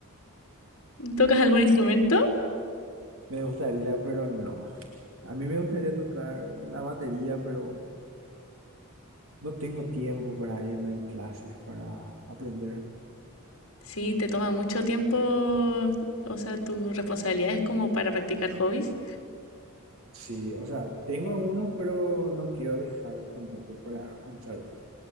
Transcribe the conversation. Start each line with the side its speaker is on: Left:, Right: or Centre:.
Left: ¿Tocas algún instrumento?
Right: me gustaría, pero no. A mí me gustaría tocar la batería, pero No tengo tiempo para irme en clases, para aprender.
Left: Sí, te toma mucho tiempo, o sea, tus responsabilidades como para practicar hobbies.
Right: Sí, o sea, tengo algunos, pero no quiero dejar tampoco para comenzar otro.